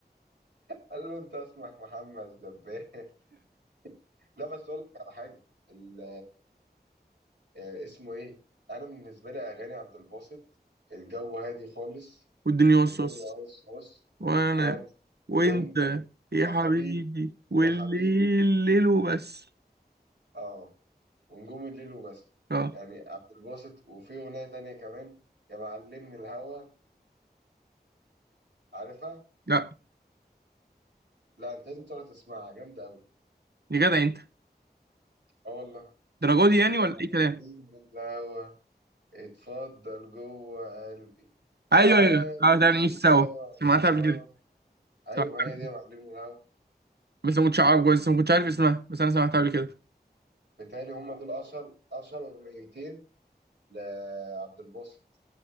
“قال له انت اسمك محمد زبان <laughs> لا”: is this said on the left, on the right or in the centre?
Right